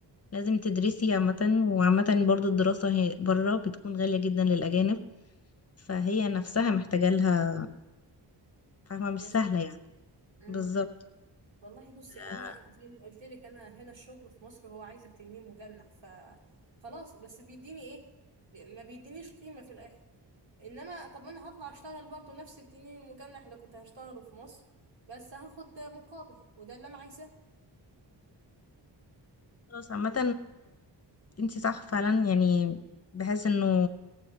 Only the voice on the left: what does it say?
لازم تدرسي عامة وعامة برضو الدراسة هي بره بتكون غالية جدا للأجانب فهي نفسها محتاجة لها فاهمة مش
سهلة يعني
بالظبط
آه،
خلاص عامة انتي صح فعلا يعني بحس انه